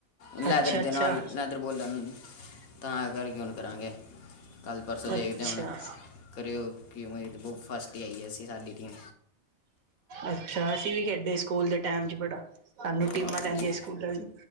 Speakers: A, on the left; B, on the right.
A: ਲੈਦਰ
B: ਅੱਛਾ
A: ਦੇ
B: ਅੱਛਾ
A: ਨਾਲ ਲੈਦਰ ਇੱਧਰ ਬੋਲਣ ਤਾਂ ਕਰਕੇ ਹੁਣ, ਕਰਾਂਗੇ ਕੱਲ੍ਹ- ਪਰਸੋਂ ਦੇਖਦੇ
B: ਅੱਛਾ
A: ਹੁਣ? ਕਰਿਓ, ਕਿਉਂ ਬਤ ਫਸਟ ਹੀ ਆਈਏ ਸੀ, ਸਾਡੀ ਟੀਮ।
B: ਅੱਛਾ, ਅਸੀਂ ਵੀ ਖੇਡੇ, ਸਕੂਲ ਦੇ ਟੈਮ ਚ ਬੜਾ। ਸਾਨੂੰ ਟੀਮਾਂ
A: ਹਾਂਜੀ
B: ਲੈਂਦੀਆਂ ਸਕੂਲਾਂ ਦੀ,